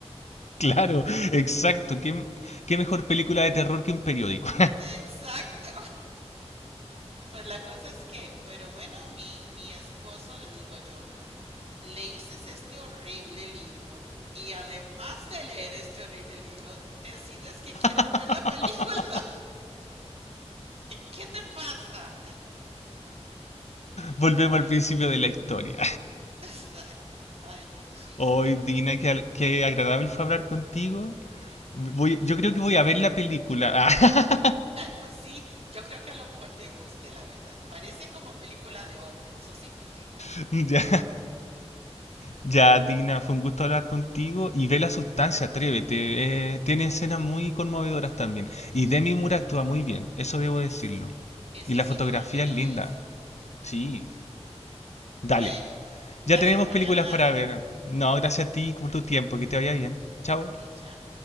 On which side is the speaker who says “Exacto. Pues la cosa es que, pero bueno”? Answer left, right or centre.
Right